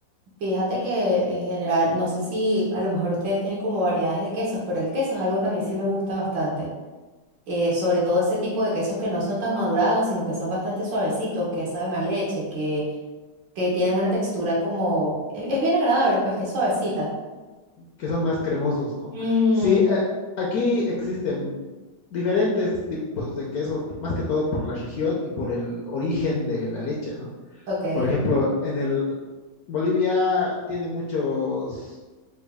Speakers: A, on the right; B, on the left.
A: Fíjate que en general, no sé si a lo mejor ustedes tienen como variedades de quesos, pero el queso es algo que a mí sí me gusta bastante. eh, sobre todo ese tipo de quesos que no son tan madurados, sino que son bastante suavecitos, que saben a leche, que, que tienen una textura como... Es, es bien agradable, pues que es suavecita.
B: que son más cremosos, ¿no?
A: Mm,
B: Sí, eh, aquí existen diferentes tipos de queso, más que todo por la región y por el origen de la leche, ¿no?
A: Ok,
B: Por ejemplo, en el Bolivia tiene muchos,